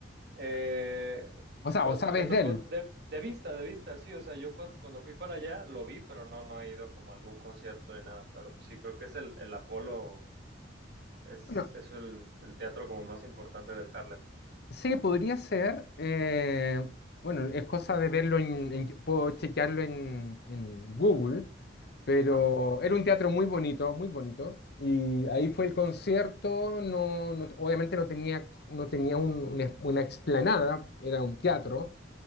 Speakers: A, on the right; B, on the left.
A: Eh,
B: O sea,
A: pues
B: o sabes
A: me tocó
B: de él.
A: de, de vista, de vista, sí, o sea, yo cuan- cuando fui para allá lo vi, pero no, no he ido como a algún concierto ni nada, pero pues sí, creo que es el, el Apolo Es,
B: Bueno,
A: es el, el teatro como más importante del Harlem.
B: Sí, podría ser. eh, bueno, es cosa de verlo en, en- puedo chequearlo en, en Google, pero
A: Ajá,
B: era un teatro muy bonito, muy bonito. Y ahí fue el concierto. No, no- obviamente no tenía, no tenía un- una, es- una explanada, era un teatro.